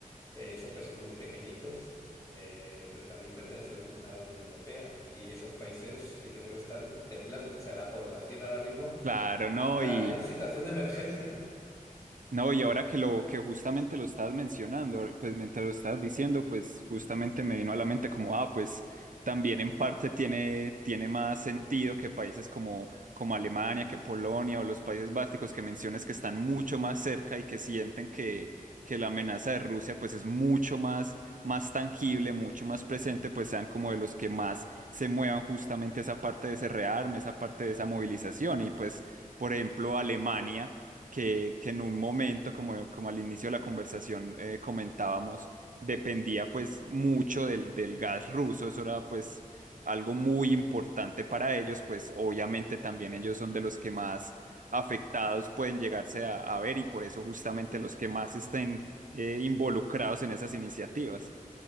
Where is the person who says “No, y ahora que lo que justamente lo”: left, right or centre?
Right